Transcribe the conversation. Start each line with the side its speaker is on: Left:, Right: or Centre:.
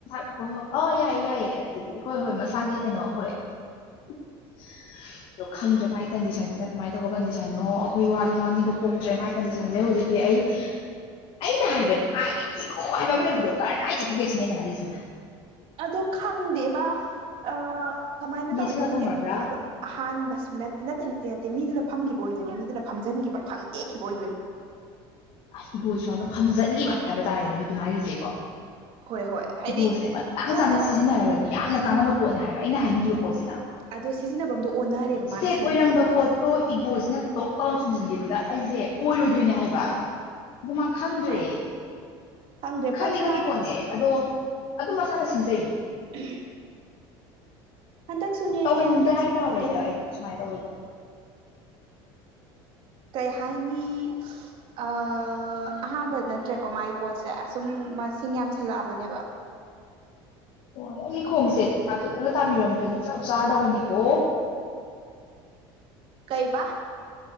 Left: ꯍꯣꯢ ꯍꯣꯏ ꯑꫭ ꯌꯥꯏ-ꯌꯥꯏ ꯑꯗꯨꯗꯤ ꯍꯣꯏ ꯍꯣꯏ ꯃꯁꯥꯒꯤ ꯀꯩꯅꯣ ꯍꯣꯏ꯫ ꯑꯗꯣ ꯈꯪꯗ꯭ꯔꯦ ꯃꯥꯢ ꯀꯟꯗꯤꯁꯟꯁꯤꯅ ꯀꯃꯥꯏ ꯇꯧꯕ ꯀꯟꯗꯤꯁꯟꯅꯣ ꯑꯈꯣꯏ ꯋꯥꯁꯨ ꯉꯥꯡꯅꯤꯡꯕ ꯄꯣꯛꯇ꯭ꯔꯦ ꯃꯥꯢ ꯀꯟꯗꯤꯁꯟꯁꯦ ꯍꯨꯖꯤꯛꯇꯤ ꯑꯩ ꯑꯩꯅ ꯍꯥꯏꯕꯗꯤ ꯃꯥꯒꯤ ꯏꯒꯣ ꯍꯥꯏ ꯕ ꯑꯝ ꯂꯩꯕꯗꯣ ꯀꯔꯥꯏ ꯆꯠꯈ꯭ꯔꯒꯦ ꯁꯤꯅꯦ ꯑꯩꯅ ꯈꯜꯂꯤꯁꯤꯅ꯫
Right: ꯑꯗꯨ ꯈꯪꯗꯦ ꯃꯥ ꯑꯥ ꯀꯃꯥꯏꯅ ꯇꯧꯋꯤꯅꯣ
Left: ꯅꯦꯠꯁꯜꯂ
Right: ꯈꯪꯗꯦ
Left: ꯊꯝꯈ꯭ꯔꯕ꯭ꯔꯥ
Right: ꯑꯗꯣ ꯑꯍꯥꯟꯕꯁꯨ ꯅꯠ ꯅꯠꯇꯦ ꯅꯠꯇꯦ ꯅꯠꯇꯦ ꯃꯤꯗꯨꯅ ꯐꯝꯈꯤꯕ ꯑꯣꯏꯗꯣꯏꯅꯤ ꯃꯤꯗꯨꯅ ꯐꯝꯖꯤꯟꯈꯤꯕ ꯐꯝꯗꯦꯛꯈꯤꯕ ꯑꯣꯏꯗꯣꯏꯅꯤ꯫
Left: ꯍꯩ ꯏꯒꯣꯁꯨ ꯌꯥꯎꯅ ꯐꯝꯖꯟꯈꯤꯕ ꯍꯥꯏꯕ ꯇꯥꯔꯦꯅꯦ ꯑꯗꯨꯗꯤ ꯃꯥꯒꯤꯁꯦꯀꯣ꯫
Right: ꯍꯣꯏ ꯍꯣꯏ ꯍꯥꯏꯗꯤ
Left: ꯏꯒꯣꯁꯦ ꯃꯇꯥꯡ
Right: ꯄꯣꯠꯇꯣ
Left: ꯆꯥꯅ ꯁꯤꯖꯤꯟꯅꯔꯒꯗꯤ ꯌꯥꯝꯅ ꯀꯥꯟꯅꯕ ꯄꯣꯠꯅꯦ ꯍꯥꯏꯕ ꯑꯩꯅ ꯍꯥꯏꯅꯤꯡꯉꯤꯕ ꯄꯣꯠꯁꯤꯅ꯫
Right: ꯑꯗꯣ ꯁꯤꯖꯤꯟꯅꯕꯝꯗꯣ ꯑꯣꯟꯅꯔꯦꯕ
Left: ꯁꯦꯠ
Right: ꯃꯥꯅ ꯁꯤꯖꯤꯟꯅꯔꯤꯕ
Left: ꯑꯣꯏꯔꯝꯕ
Right: ꯄꯣꯠꯇꯣ꯫
Left: ꯏꯒꯣꯁꯤꯅ ꯇꯣꯛ ꯂꯥꯏꯅ ꯊꯨꯝꯖꯤꯡꯒꯤꯕꯗ ꯑꯩꯁꯦ ꯑꯣꯏꯔꯣꯏꯗꯣꯏꯅꯦ ꯍꯥꯏꯕꯥ꯫ ꯑꯗꯨ ꯃꯥ ꯈꯪꯗ꯭ꯔꯦ
Right: ꯃꯥꯅꯦ ꯈꯪꯗ꯭ꯔꯦ
Left: ꯈꯪꯗꯤ
Right: ꯄꯣꯠꯁꯦ
Left: ꯈꯪꯉꯤ
Right: ꯃꯥ
Left: ꯄꯣꯠꯅꯦ ꯑꯗꯣ ꯑꯗꯨꯝ ꯃꯁꯥꯅ ꯁꯤꯟꯖꯩ꯫
Right: <unintelligible> ꯍꯟꯗꯛꯁꯨꯅꯦ
Left: ꯇꯧꯍꯟꯅꯤꯡꯗꯦ
Right: ꯍꯟꯗꯛꯁꯨ
Left: ꯍꯥꯏꯇꯥꯔꯦ
Right: ꯑꯗꯨꯝ
Left: ꯑꯩꯗꯤ ꯁꯨꯃꯥꯏꯅ ꯇꯧꯕꯗꯤ꯫
Right: ꯀꯩ ꯍꯥꯏꯅꯤ <unintelligible> ꯑ ꯑꯍꯥꯥꯟꯕ ꯅꯠꯇ꯭ꯔꯦꯀꯣ ꯃꯥꯏ ꯄꯣꯠꯁꯦ ꯁꯨꯝ ꯃꯁꯤꯡ ꯌꯥꯝꯁꯜꯂꯛꯑꯕꯅꯦꯕ꯫
Left: ꯑꯣ ꯑꯩꯒꯤ ꯈꯣꯡꯁꯦ ꯗꯥꯛ ꯈꯤꯇꯪꯒ ꯇꯥꯕꯤꯔꯝꯗ꯭ꯔꯗꯤ ꯆꯞ ꯆꯥꯔꯗꯕꯅꯤꯀꯣ꯫
Right: ꯀꯩ ꯕꯥ꯫